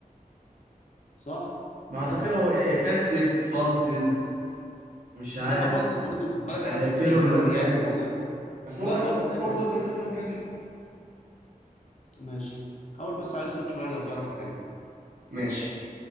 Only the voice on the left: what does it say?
صح
لا فولدز
برضو خد بالك
انا كنت
كتالوني
يعني بقول لك
لا
فولت
زي
كلام
ماشي حاول بس على اسلوك شويه لو تعرف يا كريم